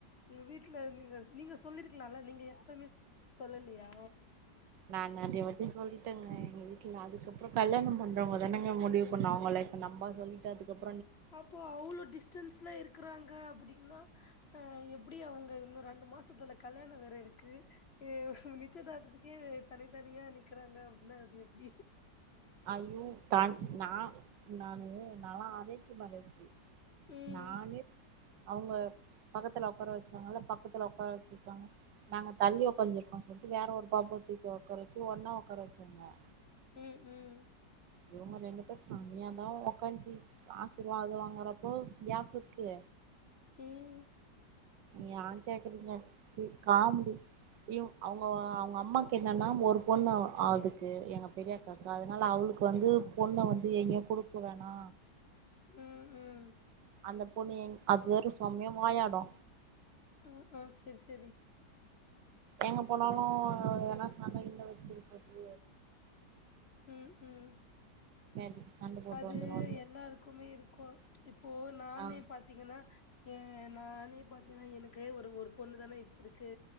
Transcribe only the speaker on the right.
நா நறையா வாட்டி சொல்லிட்டங்க எங்க வீட்ல அதுக்கப்றோ கல்யாணோ பண்றவங்க தானங்க முடிவு பண்ணு அவுங்க லைஃப நம்ப சொல்லிட்டு அதுக்கப்
ஐயோ தா நா நானு நால்லா அரேன்ஜ் மேரேஜி
நானே அவுங்க பக்கத்ல ஒக்கார வச்சாங்கல்ல பக்கத்துல ஒக்கார வச்சிருக்காங்க நாங்க தள்ளி ஒக்காஞ்சிருக்கோ சொல்ட்டு வேற ஒரு பாப்பாவ தூக்கி ஒக்கார வச்சு ஒன்னா ஒக்கார வச்சாங்க
இவுங்க ரெண்டு பேர் தனியாதா ஒக்காஞ்சி ஆசிர்வாதோ வாங்குறப்போ கேப் இருக்கு
யா கேக்குறீங்க காமெடி யு அவுங்கோ அவுங்க அம்மாக்கு என்னன்னா ஒரு பொண்ணு அதுக்கு எங்க பெரிய அக்காக்கு அதுனால அவுளுக்கு வந்து பொண்ணு வந்து எங்கயு குடுக்க வேணா
அந்த பொண்ணு எங் அது வேற சொமயா வாயாடு
எங்க போனாலு எதனா சண்ட இண்ட வெச்சிற போது
கிட்ட சண்ட போட்டு
வந்துரு
ஆ